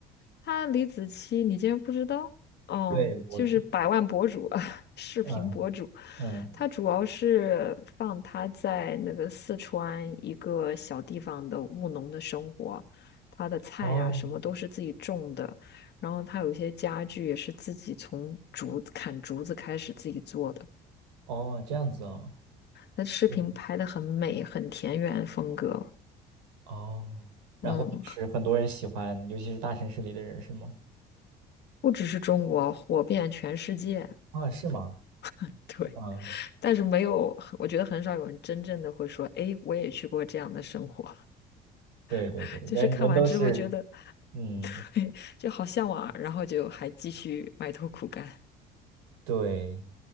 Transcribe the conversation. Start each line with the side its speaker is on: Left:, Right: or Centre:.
Left: 他李子柒，你竟然不知道？嗯，
Right: 对，我就
Left: 就是百万博主，<laughs> 视频博主。
Right: 嗯嗯，
Left: 他主要是放他在那个四川一个小地方的务农的生活，他的菜啊什么都是自己种的，
Right: 哦
Left: 然后他有一些家具也是自己从竹子砍竹子开始自己做的。
Right: 哦，这样子哦，
Left: 他视频拍的很美，
Right: 嗯，
Left: 很田园风格，
Right: 哦，然后就是很多人喜欢，
Left: 嗯，
Right: 尤其是大城市里的人，是吗？
Left: 不只是中国，火遍全世界。
Right: 啊，是吗？
Left: <laughs> 对。
Right: 嗯，
Left: 但是没有，我觉得很少有人真正的会说，诶，我也去过这样的生活。
Right: 对对对，
Left: <laughs> 就是看完之后觉得，
Right: 人人都是，嗯，
Left: <laughs> 对，就好向往啊，然后就还继续埋头苦干。
Right: 对，